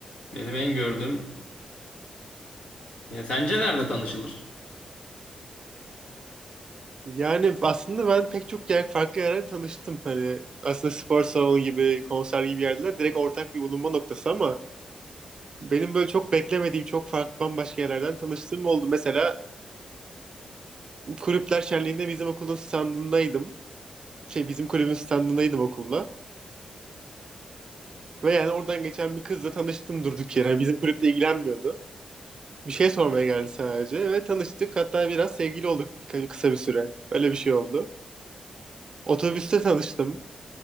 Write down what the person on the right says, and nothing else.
Yani aslında ben pek çok yer, farklı yerden tanıştım. Hani aslında spor salonu gibi, konser gibi yerler direkt ortak bir bulunma noktası ama benim böyle çok beklemediğim, çok farklı bambaşka yerlerden tanıştığım oldu. Mesela kulüpler şenliğinde bizim okulun standındaydım. Şey bizim kulübün standındaydım okulla. Ve yani oradan geçen bir kızla tanıştım durduk yere. Yani bizim kulüple ilgilenmiyordu. Bir şey sormaya geldi sadece ve tanıştık. Hatta biraz sevgili olduk bir, kısa bir süre. Öyle bir şey oldu. Otobüste tanıştım.